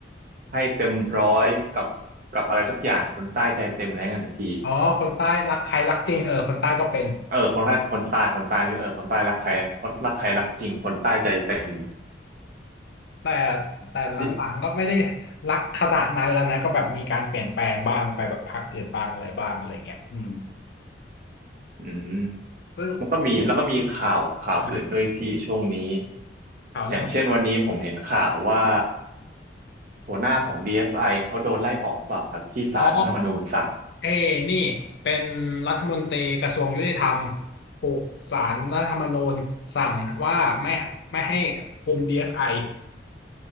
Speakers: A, on the right; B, on the left.
A: ให้เต็มร้อยกับกับอะไรสักอย่างคนใต้ใจเต็มอะไรเงี้ยนะพี่
B: อ๋อคนใต้รักใครรักจริงเออคนใต้ก็เป็น
A: เออคนใต้คนใต้คนใต้เยี่เออคนใต้รักใครคนรักใครรักจริงคนใต้ใจเต็ม
B: แต่แต่หลังๆก็ไม่ได้
A: นี่
B: รักขนาดนั้นแล้วนะก็แบบมีการเปลี่ยนแปลงบ้างไปแบบพรรคอื่นบ้างอะไรบ้างอะไรเงี้ยอืม
A: อืม
B: ซึ่ง
A: มันก็มีแล้วก็มีข่าวข่าวอื่นด้วยพี่ช่วงนี้
B: อ่าข่าวเรื่อง
A: อย่างเช่นวันนี้ผมเห็นข่าวว่าหัวหน้าของ DSI เอสไอเขาโดนไล่ออกหรือเปล่าครับที่ศาลรัฐธรรมนูญสั่ง
B: อ๋อ เอ้นี่เป็นรัฐมนตรีกระทรวงยุติธรรมถูกศาลรัฐธรรมนูญสั่งว่าไม่ไม่ให้คุม DSI เอสไอ